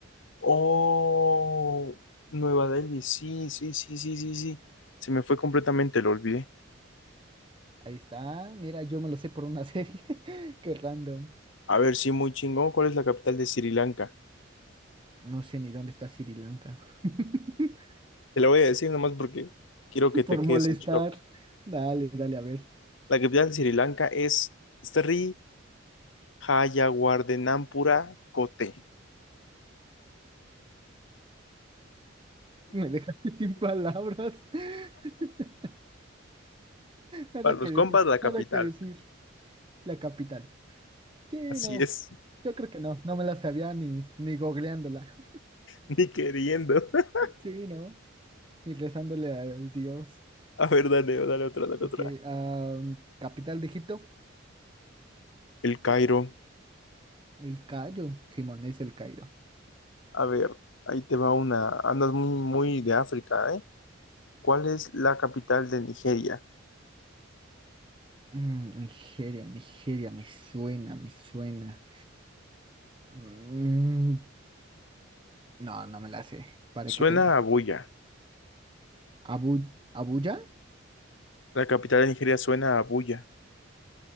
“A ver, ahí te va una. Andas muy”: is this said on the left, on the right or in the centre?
Left